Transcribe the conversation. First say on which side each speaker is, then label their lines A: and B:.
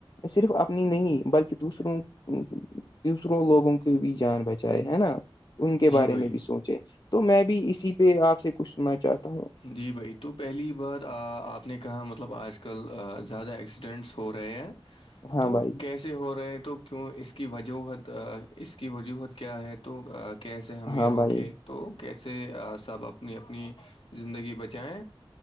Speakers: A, on the left; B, on the left.
A: صرف اپنی نہیں بلکہ دوسروں کی دوسروں لوگوں کی بھی جان بچائے ہے نا ان کے بارے
B: جی بھائی
A: میں بھی سوچے تو میں بھی اسی پہ آپ سے کچھ سننا چاہتا ہوں
B: جی بھائی تو پہلی بار آپ نے کہا مطلب آج کل زیادہ ایکسیڈنٹس ہو رہے ہیں
A: ہاں
B: تو
A: بھائی جان،
B: کیسے ہو رہے تو کیوں اس کی وجوہت اس کی وجوہت کیا ہے تو کیسے ہم یہ
A: ہاں
B: رو
A: بھائی
B: کےے تو کیسے سب اپنی اپنی زندگی بچیں